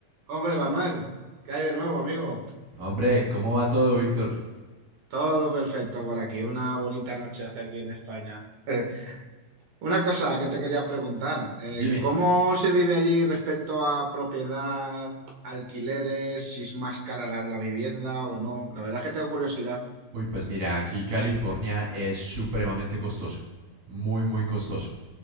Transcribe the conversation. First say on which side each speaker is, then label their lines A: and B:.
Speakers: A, on the right; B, on the right.
A: Hombre, Manuel, ¿qué hay de nuevo, amigo?
B: Hombre, ¿cómo va todo, Víctor?
A: Todo perfecto por aquí. Una bonita noche hace aquí en España. <laughs> Una cosa que te quería preguntar, eh,
B: Dime.
A: ¿cómo se vive allí respecto a propiedad, alquileres, si es más cara la, la vivienda o no? La verdad es que tengo curiosidad.
B: Uy, pues mira, aquí California es supremamente costoso. Muy, muy costoso.